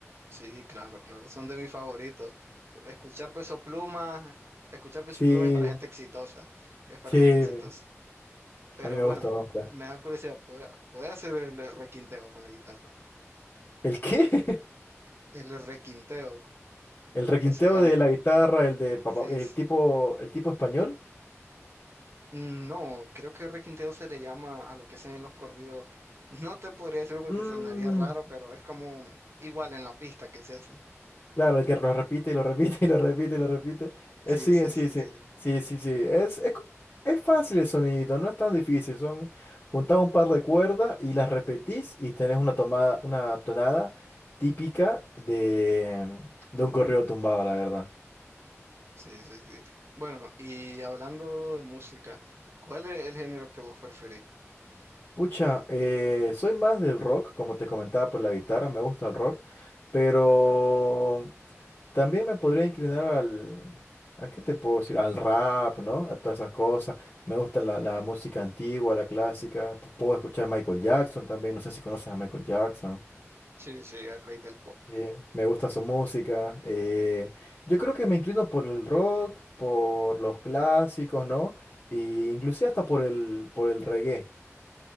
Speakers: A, on the right (about 55°); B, on the left (about 40°).
A: Sí, claro, claro, son de mis favoritos. Escuchar Peso Pluma, escuchar Peso
B: Sí,
A: Pluma es para gente exitosa, es para
B: sí.
A: gente exitosa. Pero
B: A mí me
A: bueno,
B: gusta, me gusta.
A: me da curiosidad, ¿puede, puede hacer el requinteo con la guitarra?
B: ¿El qué?
A: El requinteo,
B: <laughs> El requinteo
A: que se llama.
B: de la guitarra, el de papá,
A: Sí,
B: el
A: sí.
B: tipo, el tipo español.
A: No, creo que requinteo se le llama a lo que hacen en los corridos. No te podría decir porque
B: Mm,
A: sonaría raro, pero es como igual en la pista que se hace.
B: claro, el que lo repite y lo repite y lo repite y lo repite. Es,
A: Sí,
B: sí,
A: sí,
B: sí,
A: sí,
B: sí,
A: sí.
B: sí, sí, sí. Es, es, co- es fácil el sonidito, no es tan difícil. Son juntar un par de cuerdas y las repetís y tenés una tomada, una tonada típica de, de un corrido tumbado, la verdad.
A: Sí, sí, sí. Bueno, y hablando de música, ¿cuál es el género que vos preferís?
B: Pucha, eh, soy más del rock, como te comentaba por la guitarra, me gusta el rock, pero
A: Okay.
B: también me podría inclinar al, ¿a qué te puedo decir? Al rap, ¿no? A todas esas cosas. Me gusta la, la música antigua, la clásica. Te Puedo escuchar Michael Jackson también, no sé si conoces a Michael Jackson.
A: Sí, sí, el rey del pop.
B: Sí, me gusta su música. eh, yo creo que me inclino por el rock, por los clásicos, ¿no? E inclusive hasta por el, por el reggae.